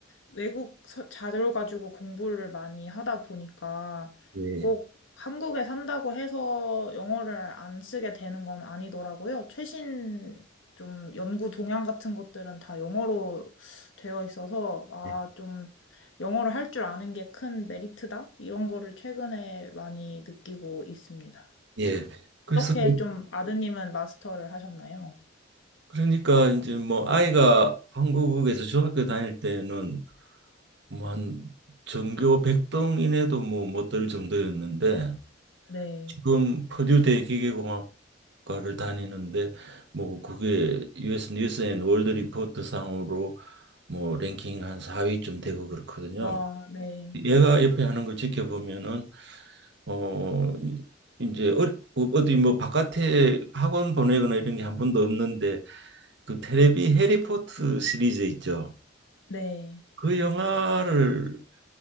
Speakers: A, on the left; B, on the right.
A: 외국 서- 자료 가지고 공부를 많이 하다 보니까
B: 예.
A: 꼭 한국에 산다고 해서 영어를 안 쓰게 되는 건 아니더라고요. 최신 좀 연구 동향 같은 것들은 다 영어로 되어 있어서 아,
B: 예.
A: 좀 영어를 할 줄 아는 게 큰 메리트다? 이런 거를 최근에 많이 느끼고 있습니다.
B: 예. 그래서
A: 어떻게 좀 아드님은 마스터를 하셨나요?
B: 그러니까 이제 뭐 아이가 한국에서 중학교 다닐 때는 뭐 한 전교 100등 이내도 뭐 못 들 정도였는데
A: 네.
B: 지금 퍼듀대 기계공학과를 다니는데 뭐 그게 US 뉴스 앤 월드 리포트 상으로 뭐 랭킹 한 4위쯤 되고 그렇거든요.
A: 와, 네,
B: 얘가 옆에 하는 걸 지켜보면은 어 이- 제 어, 어디 뭐 바깥에 학원 보내거나 이런 게 한 번도 없는데 그 테레비 해리포트 시리즈 있죠.
A: 네,
B: 그 영화를